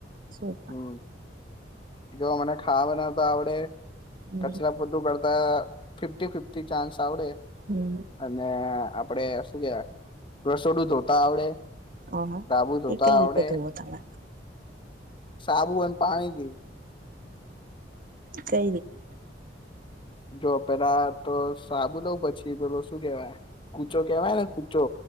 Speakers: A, on the right; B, on the left.
A: શું પણ
B: હમ જો મને ખાવાને તો આવડે
A: પણ
B: કચરા પોતુ કરતા ફિફ્ટી-ફિફ્ટી ચાન્સ આવડે
A: હમ હમ
B: અને આપડે શું કેવા થોડું ધોતા આવડે.
A: હ હ
B: સાબુ ધોતા
A: એ કઈ રીતે
B: આવડે
A: ધોવો તમે
B: સાબુ અને પાણીથી.
A: કઈ રીતે.
B: જો પેલા તો સાબુ લઉં પછી પેલો શું કેવાય કુચો કેવાય ને કુચો